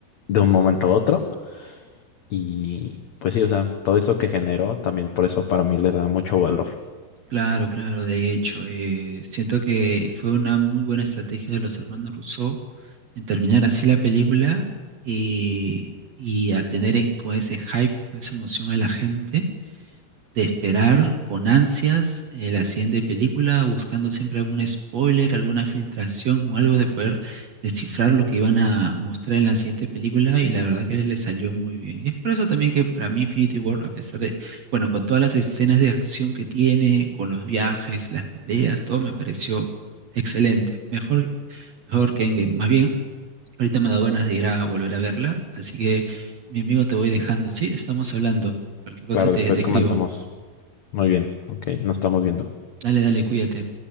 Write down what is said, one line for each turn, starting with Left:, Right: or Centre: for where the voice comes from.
Left: de un momento a otro y pues sí, o sea, todo eso que generó también por eso para mí le da mucho valor.
Right: claro, claro. De hecho, eh, siento que fue una muy buena estrategia de los hermanos Rousseau en terminar así la película eh, y a tener eh, con ese hype, con esa emoción a la gente, de esperar con ansias eh, la siguiente película, buscando siempre algún spoiler, alguna filtración o algo de poder descifrar lo que iban a mostrar en la siguiente película y la verdad que le salió muy bien. Y es por eso también que para mí Infinity War, a pesar de, bueno, con todas las escenas de acción que tiene, con los viajes, las peleas, todo me pareció excelente, mejor, mejor que Endgame. Más bien, Ahorita me ha dado ganas de ir a volver a verla, así que mi amigo te voy dejando, ¿sí? Estamos hablando. Cualquier cosa
Left: Claro,
Right: te,
Left: después
Right: te
Left: comentamos.
Right: escribo.
Left: Muy bien, ok, nos estamos viendo.
Right: Dale, dale, cuídate.